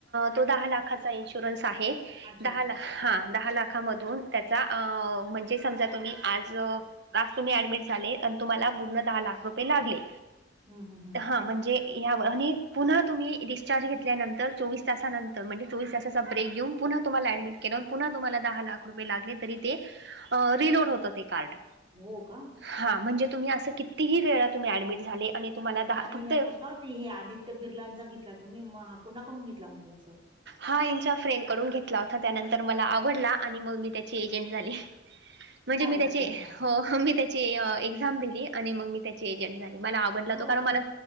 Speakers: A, on the right; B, on the right.
A: तो दहा लाखाचा इन्शुरन्स आहे.
B: अच्छा,
A: दहा
B: अच्छा.
A: ला हा दहा लाखामधून त्याचा, अ म्हणजे समजा तुम्ही आज आज तुम्ही ऍडमिट झाले आणि तुम्हाला पूर्ण दहा लाख रुपये लागले.
B: हं, हं, हं.
A: हा म्हणजे <inaudible> आणि पुन्हा तुम्ही डिस्चार्ज घेतल्यानंतर चोवीस तासानंतर म्हणजे चोवीस तासाचा ब्रेक घेऊन पुन्हा तुम्हाला ऍडमिट केलं, पुन्हा तुम्हाला दहा लाख रुपये लागले, तरी ते रिलोड होतं ते कार्ड.
B: हो का?
A: हा म्हणजे तुम्ही असं कितीही वेळा तुम्ही ऍडमिट झाले आणि तुम्हाला
B: आणि
A: फक्त
B: मग का हो ते हे आदित्य बिरलांचा घेतला, तुम्ही मग हा कोणाकडून घेतला? म्हणजे असं
A: हा ह्याच्या फ्रेंड कडून घेतला होता, त्यानंतर मला आवडला आणि मग मी त्याची एजंट झाली. म्हणजे
B: काय
A: मी
B: बात
A: त्याची,
B: करताय?
A: हो हो, मी त्याची एक्साम दिली आणि मग मी त्याची एजंट झाली. मला आवडला
B: हो
A: तो कारण
B: का?
A: मला,